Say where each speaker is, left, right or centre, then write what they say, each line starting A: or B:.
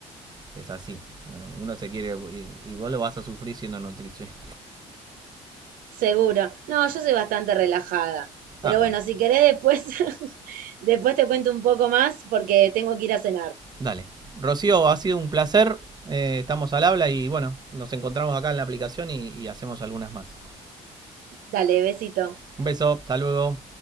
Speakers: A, on the right; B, on the right.
A: Es así. ¿no? Uno se quiere, y vos lo vas a sufrir siendo nutricionista.
B: seguro. No, yo soy bastante relajada. Pero
A: Ah, bueno.
B: bueno, si querés después, <laughs> después te cuento un poco más porque tengo que ir a cenar.
A: Dale. Rocío, ha sido un placer. Eh, estamos al habla y bueno, nos encontramos acá en la aplicación y, y hacemos algunas más.
B: Dale, besito.
A: Un beso, hasta luego.